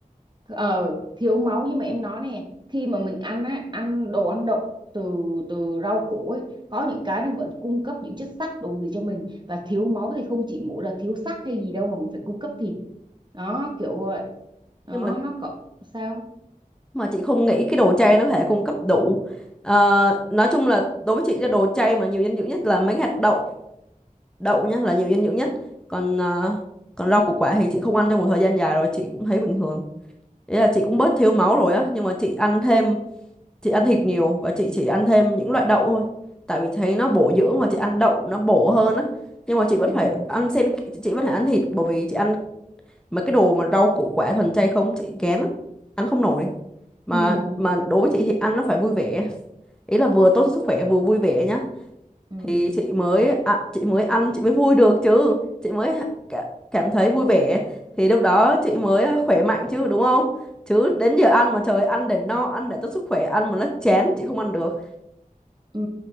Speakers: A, on the right; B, in the centre.
A: ờ, thiếu máu nhưng mà em nói nè khi mà mình ăn á ăn đồ ăn đậu từ từ rau củ ấy có những cái nó vẫn cung cấp những chất sắt đồ gì cho mình và thiếu máu thì không chỉ mỗi là thiếu sắt hay gì đâu mà mình phải cung cấp thịt đó kiểu vậy đó
B: <laughs> nhưng mà
A: nó có sao
B: mà chị không nghĩ cái đồ chay nó có thể cung cấp đủ Ờ, nói chung là đối với chị là đồ chay mà nhiều dinh dưỡng nhất là mấy hạt đậu đậu nhá là nhiều dinh dưỡng nhất còn ờ, còn rau củ quả thì chị không ăn trong một thời gian dài rồi chị cũng thấy bình thường ý là chị cũng bớt thiếu máu rồi á nhưng mà chị ăn thêm chị ăn thịt nhiều và chị chỉ ăn thêm những loại đậu thôi tại vì thấy nó bổ dưỡng và chị ăn đậu nó bổ hơn á nhưng mà chị vẫn
A: ừ
B: phải ăn sen chị vẫn phải ăn thịt bởi vì chị ăn mấy cái đồ mà rau củ quả thuần chay không chị ghén lắm ăn không nổi mà
A: ừ.
B: mà đối với chị thì ăn nó phải vui vẻ ý là vừa tốt cho sức khỏe vừa vui vẻ nhá
A: ừ
B: thì chị mới ạ- chị mới ăn chị mới vui được chứ chị mới cả- cảm thấy vui vẻ thì lúc đó chị mới ờ, khỏe mạnh chứ đúng không chứ đến giờ ăn mà trời ăn để no ăn để tốt sức khỏe ăn mà nó chán chị không ăn được
A: Ừ,